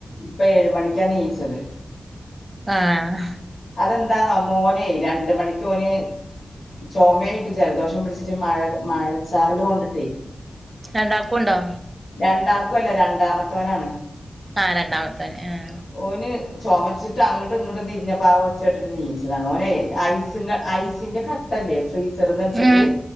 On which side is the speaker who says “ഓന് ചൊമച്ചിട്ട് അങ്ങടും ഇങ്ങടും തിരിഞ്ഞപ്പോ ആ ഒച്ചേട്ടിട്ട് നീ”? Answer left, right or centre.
Left